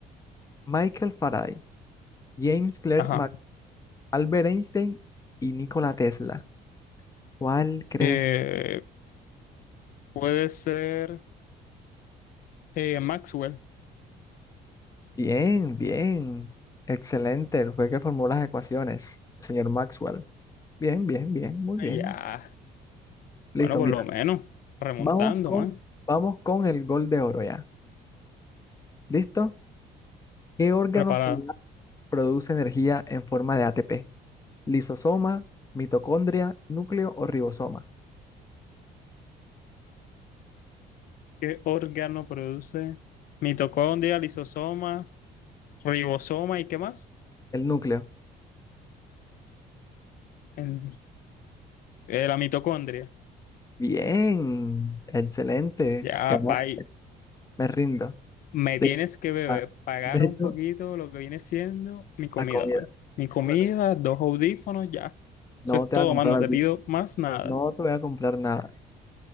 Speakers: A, on the left (about 20°); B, on the left (about 55°).
A: Michael Faraday, James Clerk
B: Ajá.
A: Maxwell, Albert Einstein y Nikola Tesla. ¿Cuál crees?
B: Eh, puede ser eh, Maxwell.
A: Bien, bien. Excelente. Él fue que formó las ecuaciones, señor Maxwell. Bien, bien, bien, muy
B: Ah,
A: bien.
B: Ya.
A: Listo,
B: Bueno, por
A: mira.
B: lo menos. Remontando,
A: Vamos con,
B: man.
A: vamos con el gol de oro ya. ¿Listo? ¿Qué órgano
B: Preparado.
A: celular produce energía en forma de ATP? ¿Lisosoma, mitocondria, núcleo o ribosoma?
B: ¿Qué órgano produce mitocondria, lisosoma, ribosoma y qué más?
A: El núcleo.
B: El- eh, la mitocondria.
A: Bien, excelente.
B: Ya,
A: Ganaste.
B: pa,
A: Me rindo.
B: Me
A: De,
B: tienes que beber
A: ah,
B: pagar
A: de
B: un
A: hecho,
B: poquito lo que viene siendo mi comida,
A: la comida.
B: man. Mi comida,
A: Bueno,
B: dos audífonos, ya.
A: no
B: Eso es
A: te
B: todo,
A: voy a comprar,
B: man. No te pido más nada.
A: no te voy a comprar nada.